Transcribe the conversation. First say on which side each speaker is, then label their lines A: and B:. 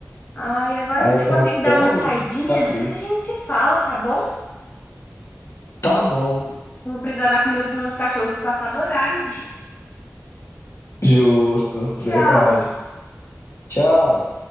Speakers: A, on the left; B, on the left.
A: Ai, agora
B: Aí eu
A: eu
B: tenho
A: vou
B: até
A: ter que dar uma
B: hoje
A: saidinha,
B: essa cicatriz.
A: depois a gente se fala, tá bom?
B: Tá bom,
A: Eu Vou precisar dar comida pros meus cachorros se passar do horário.
B: justo,
A: <laughs>
B: verdade.
A: Tchau!
B: Tchau.